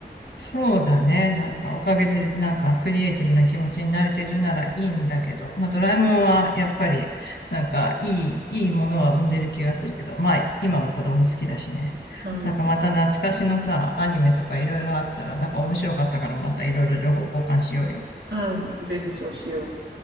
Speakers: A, on the left (about 75°); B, on the right (about 85°).
A: そうだね。なんかおかげでなんかクリエイティブな気持ちになれてるならいいんだけど、まあドラえもんはやっぱりなんかいい、いいものは生んでる気がするけど、まあ今も子供好きだしね。
B: うん。
A: なんかまた懐かしのさ、アニメとかいろいろあったらなんか面白かったからまたいろいろ情報交換しようよ。
B: あぜひそうしよう。